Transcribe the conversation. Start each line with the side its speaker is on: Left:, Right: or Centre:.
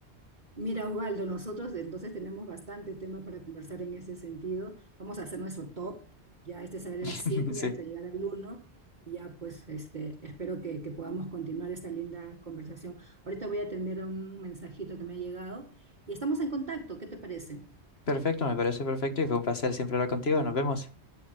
Right: Mira, Osvaldo, nosotros entonces tenemos bastante tema para conversar en ese sentido. Vamos a hacer nuestro top, ya este será el
Left: <laughs>
Right: siete
Left: Sí,
Right: hasta llegar al uno Y ya, pues, este, espero que, que podamos continuar esta linda conversación. Ahorita voy a atender a un mensajito que me ha llegado y estamos en contacto. ¿Qué te parece?
Left: perfecto, me parece perfecto y fue un placer siempre hablar contigo. Nos vemos.